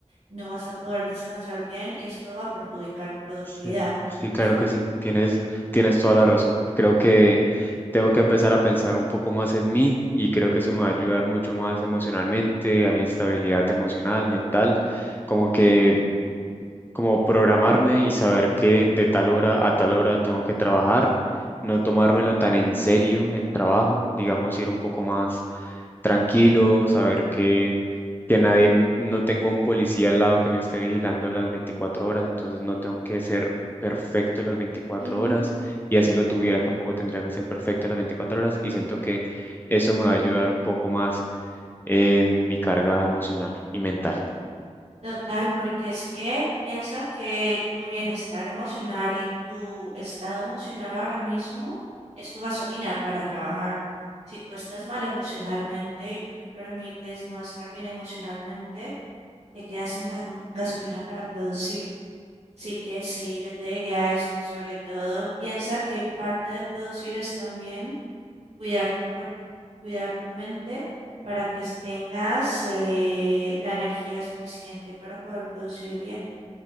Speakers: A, on the right; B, on the left.
A: no vas a poder descansar bien y esto va a perjudicar tu productividad.
B: Sí, sí, claro
A: Así que
B: que sí. Tienes, tienes toda la razón. Creo que tengo que empezar a pensar un poco más en mí y creo que eso me va a ayudar mucho más emocionalmente, a mi estabilidad emocional, mental, como que, como programarme y saber que de tal hora a tal hora tengo que trabajar, no tomármelo
A: Ujú,
B: tan en serio el trabajo, digamos, ir un poco más tranquilo, saber que, que nadie, m- no tengo un policía al lado que me esté vigilando las 24 horas, entonces no tengo que ser perfecto las veinticuatro
A: ujú.
B: horas y así lo tuviera, tampoco tendría que ser perfecto las 24 horas y siento que eso me va a ayudar un poco más en mi carga emocional y mental.
A: Total, porque es que piensa que tu bienestar emocional y tu estado emocional ahora mismo es tu gasolina para trabajar. Si tú estás mal emocionalmente y tú te permites no estar bien emocionalmente, te quedas sin gasno- gasolina para producir. Así que sí, yo te diría esto, sobre todo piensa que parte de producir es también cuidar tu cuerpo, cuidar tu mente para que tengas eh, la energía suficiente para poder producir bien.